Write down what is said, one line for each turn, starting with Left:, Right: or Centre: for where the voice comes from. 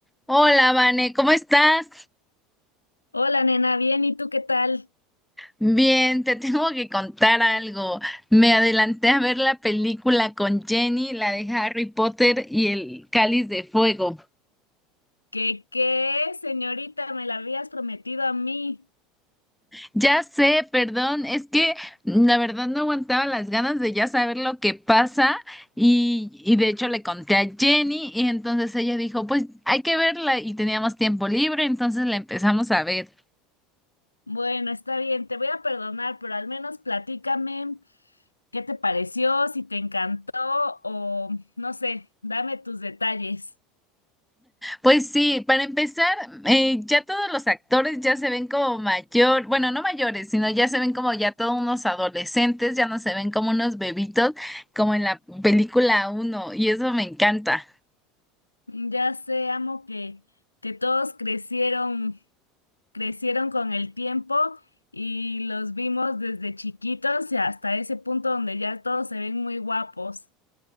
Centre: Hola, Vane, ¿cómo estás?
Left: Hola, nena, bien, ¿y tú qué tal?
Centre: Bien, te <laughs> tengo que contar algo. Me adelanté a ver la película con Jenny, la de Harry Potter y el Cáliz de Fuego.
Left: ¿Qué, qué, señorita? Me la habías prometido a mí.
Centre: Ya sé, perdón, es que la verdad no aguantaba las ganas de ya saber lo que pasa y, y de hecho le conté a Jenny y entonces ella dijo, pues hay que verla y teníamos tiempo libre, entonces la empezamos a ver.
Left: Bueno, está bien, te voy a perdonar, pero al menos platícame qué te pareció, si te encantó o no sé, dame tus detalles.
Centre: Pues sí, para empezar, eh, ya todos los actores ya se ven como mayor, bueno, no mayores, sino ya se ven como ya todos unos adolescentes, ya no se ven como unos bebitos, como en la película uno y eso me encanta.
Left: Ya sé, amo que, que todos crecieron, crecieron con el tiempo y los vimos desde chiquitos y hasta ese punto donde ya todos se ven muy guapos.